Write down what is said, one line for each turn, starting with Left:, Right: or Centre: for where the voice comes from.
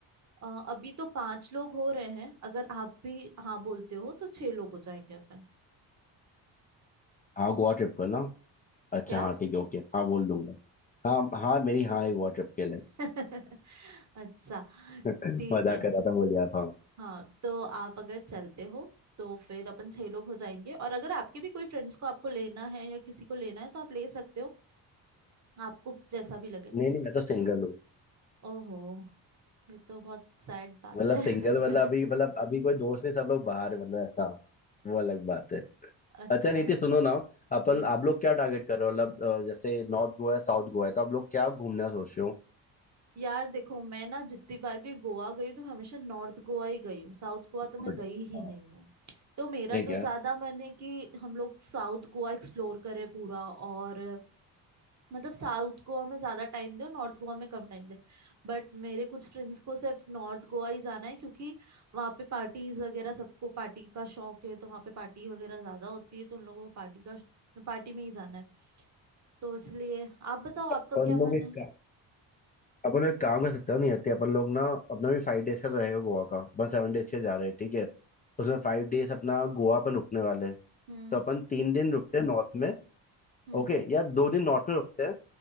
Right: अ, अभी तो पांच लोग हो रहे हैं अगर आप भी हाँ बोलते हो तो छह लोग हो जाएंगे अपन
Left: हाँ गोवा ट्रिप करना अच्छा
Right: क्या
Left: हाँ ठीक है ओके हाँ बोल दूंगा हाँ हाँ मेरी हाँ है गोवा ट्रिप के लिए
Right: <laughs> अच्छा
Left: <laughs>
Right: ठीक
Left: मजाक
Right: है
Left: कर रहा था बोल यार था
Right: हाँ तो आप अगर चलते हो तो फिर अपन छह लोग हो जाएंगे और अगर आपके भी कोई फ्रेंड्स को आपको लेना है या किसी को लेना है तो आप ले सकते हो आपको जैसा भी लगे
Left: नहीं नहीं मैं तो सिंगल हूँ
Right: ओहो ये तो बहुत सैड बात
Left: मतलब
Right: है
Left: सिंगल मतलब अभी मतलब
Right: <laughs>
Left: अभी कोई दोस्त नहीं सब लोग बाहर हैं, मतलब ऐसा वो अलग बात है
Right: अच्छा
Left: अच्छा नीति सुनो ना अपन
Right: हम्म।
Left: आप लोग क्या टारगेट कर रहे हो मतलब अ, जैसे नॉर्थ गोवा है साउथ गोवा है तो आप लोग क्या घूमना सोच रहे हो
Right: यार देखो मैं ना जितनी बार भी गोवा गई तो मैं हमेशा नॉर्थ गोवा ही गई हूँ साउथ गोवा तो
Left: Good.
Right: मैं गई ही
Left: हाँ,
Right: नहीं हूँ तो मेरा
Left: ठीक
Right: तो
Left: है
Right: ज्यादा मन है कि हम लोग साउथ गोवा एक्सप्लोर करें पूरा और मतलब साउथ गोवा में ज्यादा टाइम दे और नॉर्थ गोवा में कम टाइम दे बट मेरे कुछ फ्रेंड्स को सिर्फ नॉर्थ गोवा ही जाना है क्योंकि वहाँ पे पार्टीज वगैरह सबको पार्टी का शौक है तो वहाँ पे पार्टी वगैरह ज्यादा होती है तो उन लोगों को पार्टी का पार्टी में ही जाना है तो इसलिए आप बताओ आपका
Left: अपन
Right: क्या मन
Left: लोग एक
Right: है
Left: का- अपन लोग एक काम कर सकते हो नहीं आते अपन लोग ना अपना भी फाइव डेज का तो रहेगा गोवा का अपन सेवन डेज के जा रहे हैं ठीक है उसमें
Right: हम्म
Left: फाइव डेज अपना गोवा पर रुकने वाले हैं
Right: हम्म
Left: तो अपन तीन दिन रुकते हैं नॉर्थ में
Right: हम्म
Left: ओके
Right: हम्म,
Left: या दो दिन नॉर्थ में रुकते हैं